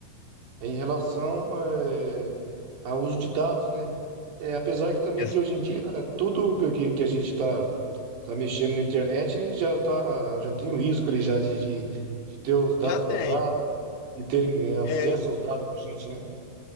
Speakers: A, on the right (about 55°); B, on the left (about 80°).
A: é em relação eh, ao uso de dados, né? É, apesar que também
B: Essa
A: que hoje em dia eh, tudo que, que que a gente está tá tá mexendo na internet já, tá, já tem o risco ali já de, de, de ter os dados
B: Já
A: vazados,
B: tem.
A: de terem eh, acesso
B: É,
A: aos dados da gente, né?